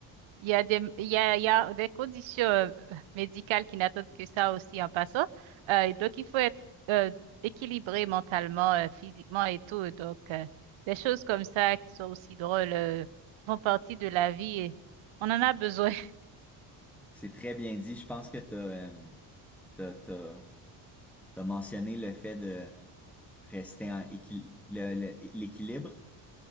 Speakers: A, on the right; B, in the centre.
A: Il y a des, il y a, il y a des conditions euh, médicales qui n'attendent que ça aussi en passant. Euh, et donc, il faut être euh, équilibré mentalement, euh, physiquement et tout. Donc, euh, des choses comme ça qui sont aussi drôles, euh, qui font partie de la vie. Et on en a besoin <laughs>
B: C'est très bien dit. Je pense que tu as, t'as, euh, t'as, t'as- t'as mentionné le fait de rester en équil- le- le- l'équilibre.